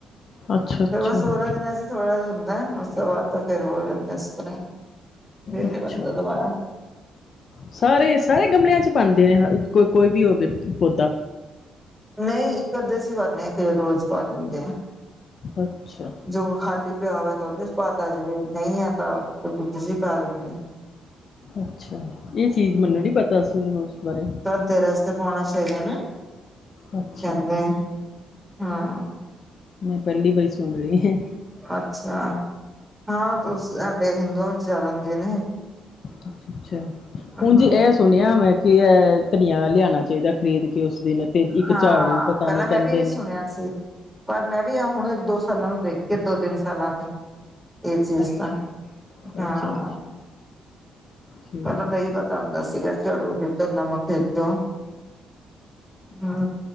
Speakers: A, on the left; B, in the centre.
A: ਅੱਛਾ
B: ਫਿਰ
A: ਅੱਛਾ
B: ਬਸ ਓਨਾ ਦਿਨਾ 'ਚ ਥੋੜਾ ਹੁੰਦਾ ਉਸ ਤੋਂ ਬਾਅਦ ਤਾਂ ਫੇਰ ਹੋ ਜਾਂਦਾ ਇਸ ਤਰ੍ਹਾਂ ਹੀ। ਫਿਰ
A: ਅੱਛਾ।
B: ਨੀ ਬਣਦਾ ਦੁਬਾਰਾ
A: ਸਾਰੇ-ਸਾਰੇ ਗਮਲਿਆਂ 'ਚ ਪਾਉਂਦੇ ਨੇ ਕੋ ਕੋਈ ਵੀ ਹੋਵੇ ਪੌਦਾ
B: ਨਹੀਂ ਇੱਕ ਅੱਧੇ 'ਚ ਹੀ ਭਰਨੇ ਇੱਕ ਜਾਂ ਰੋਜ਼ ਪਾ ਦਿੰਦੇ ਆ।
A: ਅੱਛਾ।
B: ਜੋ ਖਾਲੀ ਪਿਆ ਹੋਵੇ ਤਾਂ ਉਹਦੇ 'ਚ ਪਾਤਾ ਜ ਨਹੀਂ ਹੈ, ਤਾਂ ਦੂਜੇ 'ਚ ਪਾ ਦਿੰਦੇ ਆ। <inaudible>
A: ਅੱਛਾ, ਇਹ ਚੀਜ਼ ਮੈਨੂੰ ਨੀ ਪਤਾ ਸੀ ਉਸ ਬਾਰੇ।
B: ਸਿੱਧੇ ਰਸਤੇ ਪਾਉਣਾ ਚਾਹੀਦਾ ਨਾ
A: ਅੱਛਾ
B: ਕਹਿੰਦੇ ਆ।
A: ਮੈਂ ਪਹਿਲੀ ਵਾਰੀ ਸੁਣ ਰਹੀ ਏਹ
B: ਅੱਛਾ, ਹਾਂ ਤੁਸ ਸਾਡੇ ਹਿੰਦੂਆਂ ਵਿੱਚ ਜ਼ਿਆਦਾ ਹੁੰਦੀਆਂ ਆ ਨਾ ਇਹ
A: ਅੱਛਾ ਅੱਛਾ,
B: ਹਾਂ
A: ਉਂਝ ਇਹ ਸੁਣਿਆ ਮੈਂ ਕਿ ਇਹ ਧਨੀਆ ਲਿਆਣਾ ਚਾਹੀਦਾ। ਖਰੀਦ ਕੇ ਉਸ ਦਿਨ। ਤੇ ਇੱਕ
B: ਹਾਂ,
A: ਝਾੜੂ ਪਤਾ
B: ਪਹਿਲਾਂ
A: ਨਹੀਂ ਕਹਿੰਦੇ
B: ਮੈਂ ਵੀ ਇਹ
A: ਨੇ
B: ਸੁਣਿਆ ਸੀ। ਪਰ ਮੈਂ ਵੀ ਆ ਹੁਣ ਇੱਕ ਦੋ ਸਾਲਾਂ ਤੋਂ ਦੇਖਦੀ ਆ ਦੋ ਤਿੰਨ ਸਾਲਾਂ ਤੋਂ। ਇਹ ਚੀਜ਼
A: ਅੱਛਾ
B: ਤਾਂ ਹਾਂ।
A: ਅੱਛਾ ਅੱਛਾ ਠੀਕ
B: ਪਹਿਲਾਂ ਤਾਂ ਇਹ ਹੀ
A: ਹੈ
B: ਪਤਾ ਹੁੰਦਾ ਸੀਗਾ ਝਾੜੂ ਖੇਤੋਂ ਨਵਾਂ ਖੇਤੋਂ। ਹਾਂ